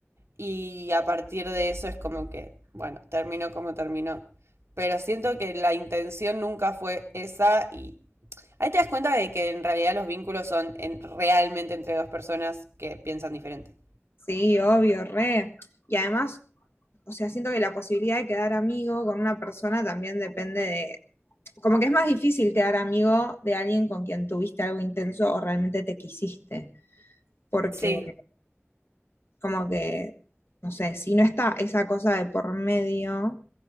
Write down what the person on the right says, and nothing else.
y a partir de eso es como que, bueno, terminó como terminó. Pero siento que la intención nunca fue esa y Ahí te das cuenta de que en realidad los vínculos son en- realmente entre dos personas que piensan diferente.
Sí,